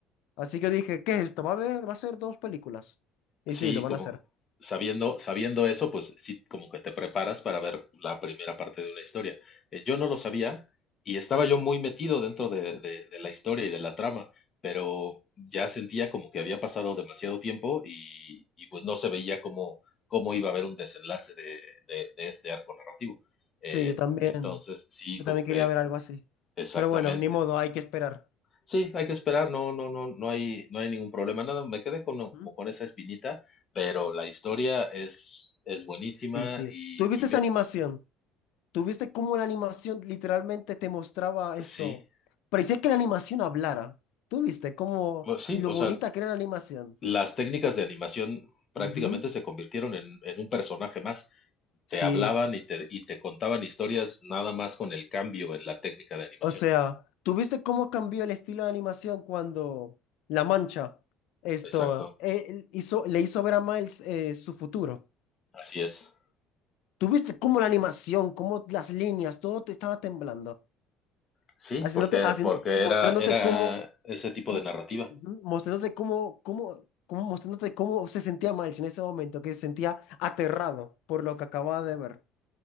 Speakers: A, on the left (about 75°); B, on the left (about 40°).
A: Así que dije, ¿qué es esto? Va a ver, va a ser dos películas. Y
B: Sí,
A: sí, lo van
B: como
A: a hacer.
B: sabiendo, sabiendo eso, pues sí, como que te preparas para ver la primera parte de una historia. Eh, yo no lo sabía y estaba yo muy metido dentro de, de- de la historia y de la trama, pero ya sentía como que había pasado demasiado tiempo y, y, pues no se veía cómo, cómo iba a haber un desenlace de, de- de este arco narrativo. Eh,
A: Sí, yo también.
B: entonces, sí,
A: Yo
B: como
A: también
B: que
A: quería ver algo así.
B: exactamente.
A: Pero bueno, ni modo, hay que esperar.
B: Sí, hay que esperar, no, no, no, no hay, no hay ningún problema, nada, me quedé con, no,
A: ¿Mm?
B: como con esa espinita, pero la historia es, es buenísima
A: Sí, sí.
B: y,
A: ¿Tuviste
B: y
A: esa
B: me,
A: animación? ¿Tuviste cómo la animación literalmente te mostraba esto?
B: sí,
A: Parecía que la animación hablara. ¿Tuviste cómo
B: bueno, sí,
A: lo
B: o
A: bonita
B: sea,
A: que era la animación?
B: las técnicas de animación prácticamente
A: Ujú.
B: se convirtieron en, en un personaje más, te
A: Sí.
B: hablaban y te, y te contaban historias nada más con el cambio en la técnica de animación.
A: O sea, ¿tú viste cómo cambió el estilo de animación cuando La Mancha esto
B: Exacto,
A: él hizo, le hizo ver a Miles eh, su futuro?
B: así es.
A: ¿Tú viste cómo la animación, cómo las líneas, todo te estaba temblando,
B: Sí,
A: haciéndote,
B: porque,
A: haciendo,
B: porque
A: mostrándote
B: era, era
A: cómo,
B: ese tipo
A: mo-
B: de narrativa.
A: ujú, mostrándote cómo, cómo, cómo, mostrándote cómo se sentía Miles en ese momento, que se sentía aterrado por lo que acababa de ver.